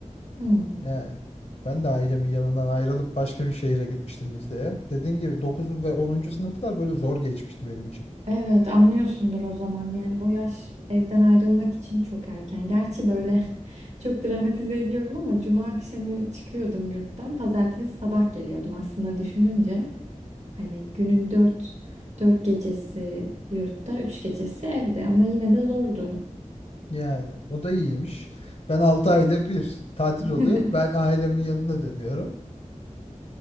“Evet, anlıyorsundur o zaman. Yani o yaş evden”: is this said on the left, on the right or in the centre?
Right